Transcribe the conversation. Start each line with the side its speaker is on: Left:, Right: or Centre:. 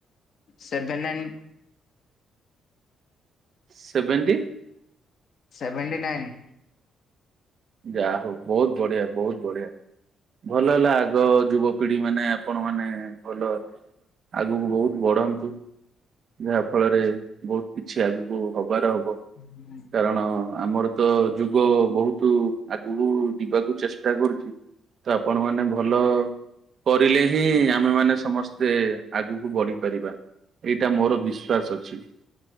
Left: Seven nine
Right: seventy
Left: seventy nine.
Right: ଯା ହଉ ବହୁତ ବଢିଆ ବହୁତ ବଢ଼ିଆ। ଭଲ ହେଲା ଆଗ ଯୁବପିଢି ମାନେ ଆପଣ ମାନେ ଭଲ ଆଗକୁ ବହୁତ ବଢନ୍ତୁ। ଯାହା ଫଳରେ ବହୁତ କିଛି ଆଗକୁ ହବାର ହବ।
Left: ହୁଁ।
Right: କାରଣ ଆମର ତ ଯୁଗ ବହୁତ ତୁ ଆଗକୁ ଯିବାକୁ ଚେଷ୍ଟା କରୁଚୁ ତ ଆପଣ ମାନେ ଭଲ କରିଲେ ହିଁ ଆମେ ମାନେ ସମସ୍ତେ ଆଗକୁ ବଢିପାରିବା। ଏଇଟା ମୋର ବିଶ୍ଵାସ ଅଛି।